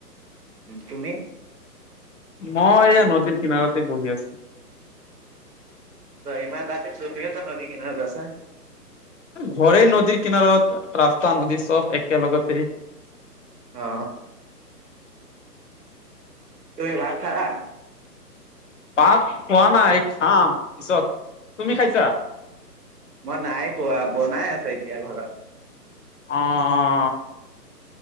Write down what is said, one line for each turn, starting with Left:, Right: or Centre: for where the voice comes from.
Right: তুমি?
Left: মই এয়া নদীৰ কিনাৰতে বহি আছ-
Right: ত ইমান ৰাতিত তুমি ত নদী কিনাৰত আছা।
Left: ঘৰে নদীৰ কিনাৰত, ৰাস্তা নদী চব একেলগতেই।
Right: অ। তুমি ভাত খালা?
Left: পাত খোৱা নাই খাম পিছত। তুমি খাইছা?
Right: মই নাই খোৱা বনাই আছে এতিয়া ঘৰত
Left: অ